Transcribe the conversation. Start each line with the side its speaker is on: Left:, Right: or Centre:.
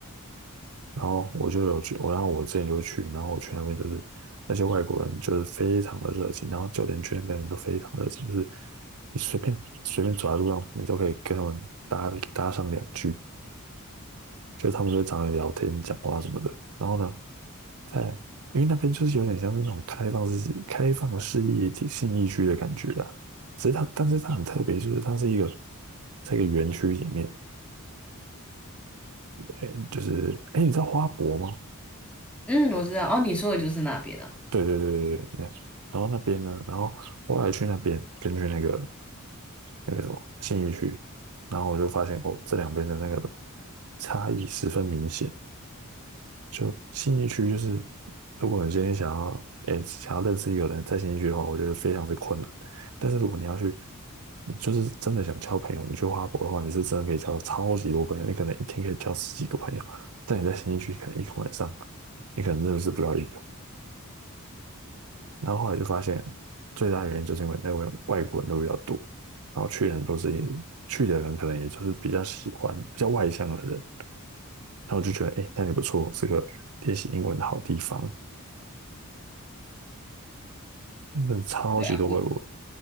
Right: 然后我就有去，我然后我之前有去，然后我去那边就是那些外国人就是非常的热情，然后酒店区那边人都非常热情，就是你随便随便走在路上，你都可以跟他们搭搭上两句。就他们就会找你聊天、讲话什么的。然后呢，在因为那边就是有点像是那种开放式、开放式业体信义区的感觉啊。只是它，但是它很特别，就是它是一个在一个园区里面，哎，就是哎，诶你知道花博吗？
Centre: 嗯，我知道。哦，你说的就是那边啊。
Right: 对对对对对，那然后那边呢，然后后来去那边，根据那个那个什么信义区，然后我就发现哦，这两边的那个差异十分明显。就信义区，就是如果你今天想要，诶、想要认识一个人，在信义区的话，我觉得非常之困难。但是如果你要去，你就是真的想交朋友，你去花博的话，你是真的可以交超级多朋友，你可能一天可以交十几个朋友。但你在信义区，可能一个晚上，你可能认识不到一个。然后后来就发现，最大原因就是因为那边外国人都比较多，然后去的人都是去的人，可能也就是比较喜欢比较外向的人。然后我就觉得，哎、那里不错，是个练习英文的好地方。真的超级多外国人
Centre: 对啊，我